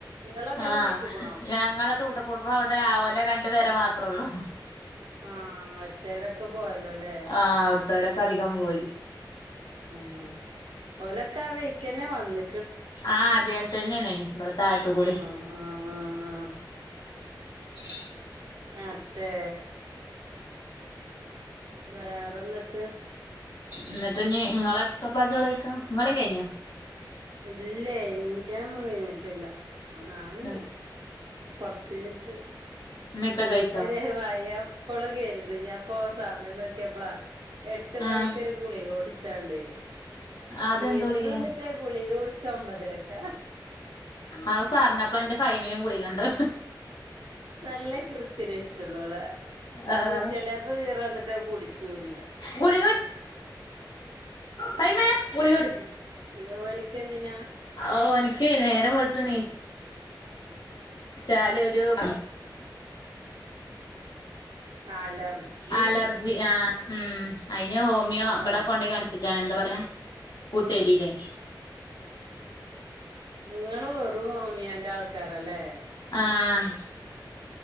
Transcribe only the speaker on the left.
ആ
ഞങ്ങളെ തൂ ത കൂട്റവടെ ആവോല രണ്ട് പെരമാത്രോള്ളു.
ആ അവ്ട്ത്തോരൊക്കെ അധികം പോയി.
ആ അതേൻതെനെണേയ് ഇവടെ തായ്ത്ത്ക്കൂടേ-
<inaudible>
ഇന്ന്ട്ടിഞ്ഞി ഇങ്ങളെക്കെപ്ലാ ചോറെയ്ക്ക ഇങ്ങളേം കയ്ഞ്ഞോ?
ഉം
ഇമ്മേം ഇപ്പേം കയ് -
ആഹ്
അതെന്ത്
ഗുളികേ
അത് പറഞ്ഞപ്പന്റെ ഫൈമിനും ഗുളികണ്ട്.
ആഹ്
ഗുളിഗകുടിക്ക്‌ട്ടാ ഫൈമേ ഗുളിഗകുടിക്ക്‌
ഓൻക്കെയ് ന്നേരം വെള്ത്ത് നീ ച്ചാലൊരു-
അലർജി ആ. ഉം അയ്ന് ഹോമിയോ
ഇബടെ കൊണ്ടയ് കാണിച്ചിക്കാണ്
എന്താ പറയാ.
കൂട്ടുവരിലെയ്.
ആഹ്